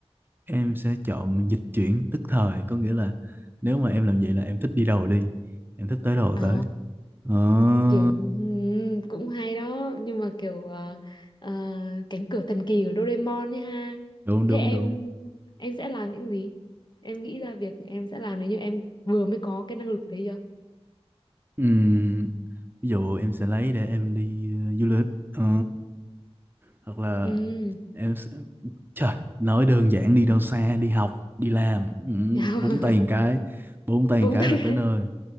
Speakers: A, on the right (about 20°); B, on the left (about 45°).
A: em sẽ chọn dịch chuyển tức thời. Có nghĩa là nếu mà em làm vậy là em thích đi đâu đi, em thích tới đâu
B: Ồ,
A: tới. Ờ,
B: kiểu ừm, cũng hay đó nhưng mà kiểu ờ, ờ, cánh cửa thần kỳ của Doraemon ấy ha
A: đúng
B: thế
A: đúng
B: em
A: đúng.
B: em sẽ làm những gì em nghĩ ra việc em sẽ làm nếu như em vừa mới có cái năng lực đấy chưa
A: Ừm, ví dụ em sẽ lấy để em đi ờ, du lịch. Ờ, hoặc là
B: um.
A: em sẽ... Trời, nói đơn giản đi đâu xa, đi học, đi làm. Ừm,
B: <laughs>
A: búng tay một cái, bốn tay
B: búng
A: một cái
B: tay
A: là tới nơi.